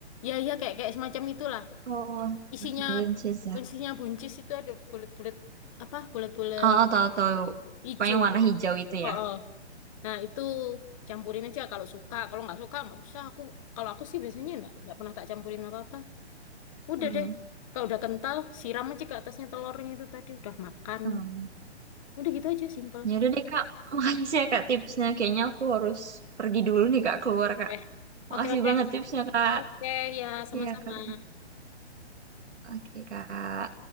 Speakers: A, on the left; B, on the right.
A: Ya, ya kayak kayak semacam itulah.
B: Oh,
A: isinya
B: macam buncis ya.
A: isinya buncis itu ada bulat-bulat apa bulat-bulat
B: Oh, tahu tahu.
A: hijau
B: Pokoknya warna hijau itu
A: oh,
B: ya.
A: nah itu campurin aja kalau suka kalau nggak suka nggak usah aku kalau aku sih biasanya nggak nggak pernah tak campurin apa-apa udah
B: Hmm,
A: deh kalau udah kental siram aja ke atasnya telurnya itu tadi udah makan
B: hmm.
A: udah gitu aja simple
B: Ya udah deh kak. <laughs> Makasih ya kak tipsnya. Kayaknya aku harus pergi dulu nih kak keluar kak.
A: eh
B: Makasih
A: oke oke
B: banget tipsnya, Kak.
A: oke ya sama-sama
B: Iya, Kak. Oke, Kak.